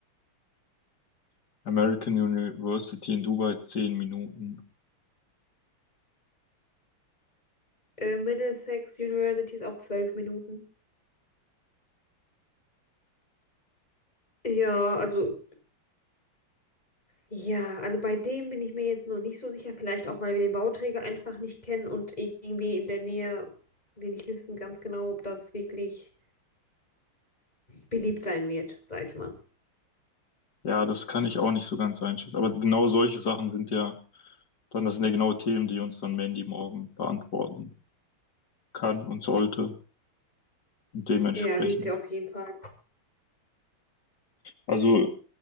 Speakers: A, on the left; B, on the left.
A: American University in Dubai 10 Minuten.
B: Äh, Middlesex University ist auch zwölf Minuten. Ja, also, ja, also bei dem bin ich mir jetzt noch nicht so sicher. Vielleicht auch, weil wir den Bauträger einfach nicht kennen und irgendwie in der Nähe wir nicht wissen ganz genau, ob das wirklich beliebt sein wird, sag ich mal.
A: Ja, das kann ich auch nicht so ganz einschätzen. Aber genau solche Sachen sind ja dann, das sind ja genau Themen, die uns dann Mandy morgen beantworten kann und sollte und dementsprechend.
B: Ja, wird sie auf jeden Fall.
A: Also